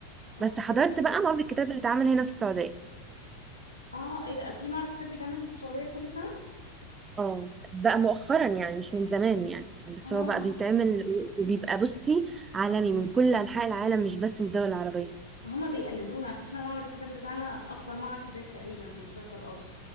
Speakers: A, on the left; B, on the right.
A: اوكي
B: بس حضرت بقى معرض الكتاب اللي اتعمل هنا في السعوديه
A: اه ايه ده في معرض كتاب بيتعمل في السعودية كل سنة
B: اه بقى مؤخرا يعني مش من زمان يعني بس
A: اه
B: هو بقى بيتعمل وبيبقى بصي عالمي من كل انحاء العالم مش بس من الدول العربيه
A: هما بيقلدونا عشان احنا معرض الكتاب بتاعنا اكبر معرض كتاب تقريبا في الشرق الاوسط